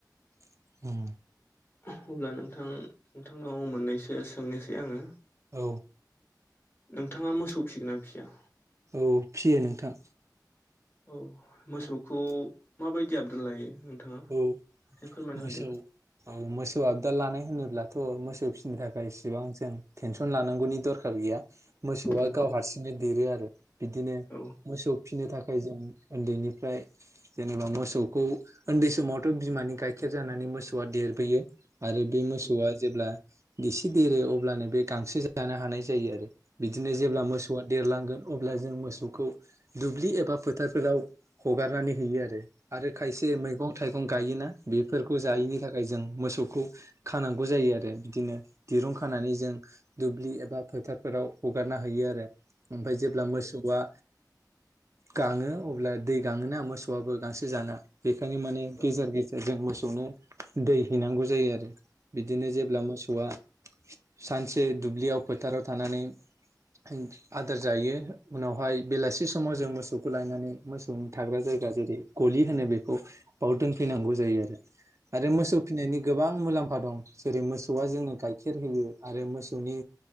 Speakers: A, on the right; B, on the left.
A: <unintelligible>
B: अब्ला नोंथां नोंथांनाव मोननैसो सोंनोसै आङो।
A: औ
B: नोंथाङा मोसौ फिसिगोन ना फिसिया?
A: औ फिसियो नोंथां।
B: औ मोसौखौ माबायदि आबदा लायो? नोंथाङा
A: औ
B: एसे फोरमायना
A: मोसौ
B: होदो
A: औ मोसौ आबदा लानाय होनोब्लाथ' मोसौ फिसिनो थाखाय इसिबां जों टेनसन लानांगौनि दर खार गैया मोसौआ
B: औ
A: गाव हारसिंनो देरो आरो बिदिनो
B: औ
A: मोसौ फिसिनो थाखाय जों उन्दैनिफ्राय जेनेबा मोसौखौ उन्दै समावथ' बिमानि गाइखेर जानानै मोसौआ देरबोयो आरो बे मोसौआ
B: औ
A: जेब्ला एसे देरो अब्लानो बे गांसो जानो हानाय जायो आरो बिदिनो जेब्ला
B: औ
A: मोसौ मोसौआ देरलांगोन अब्ला जों मोसौखौ दुब्लि एबा फोथारफोराव हगारनानै होयो आरो। आरो खायसे
B: औ
A: मैगं थाइगं गायोना बेफोरखौ जायिनि
B: औ
A: थाखाय जों मोसौ खौ खानांगौ जायो आरो बिदिनो दिरुं खानानै जों दुब्लि एबा फोथारफोराव हगारना होयो आरो ओमफ्राय जेब्ला मोसौ मोसौआ गाङो अब्ला दै गाङोना मोसौआबो गांसो जाना बेखायनो माने
B: औ
A: गेजेर गेजेर जों मोसौनो दै हैनांगौ जायो आरो। बिदिनो जेब्ला मोसौआ सानसे दुब्लियाव फोथाराव थानानै <unintelligible> आदार जायो उनावहाय बेलासि समाव जों मोसौखौ लायनानै मोसौनि थाग्रा जायगा जेरै गलि होनो बेखौ बाव दोनफैनांगौ जायो आरो। आरो मोसौ फिनायनि गोबां मुलाम्फा दं जेरै मोसौआ जोंनो गाइखेर होयो आरो मोसौनि